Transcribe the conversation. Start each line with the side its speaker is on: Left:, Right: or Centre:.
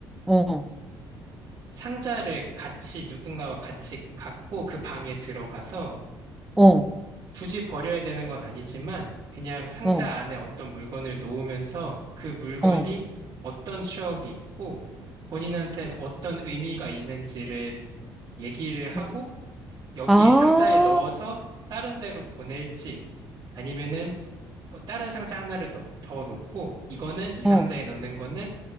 Centre: 어,
Right: 상자를 같이 누군가와 같이 갖고 그 방에 들어가서
Centre: 어,
Right: 굳이 버려야 되는 건 아니지만 그냥 상자
Centre: 어,
Right: 안에 어떤 물건을 놓으면서 그 물건이
Centre: 어,
Right: 어떤 추억이 있고 본인한테는 어떤 의미가 있는지를 얘기를 하고
Centre: 어.
Right: 여기에
Centre: 아,
Right: 상자에 넣어서 다른 데로 보낼지 아니면은 어, 다른 상자 하나를 넣- 더 넣고 이거는 이
Centre: 어,
Right: 상자에 넣는 거는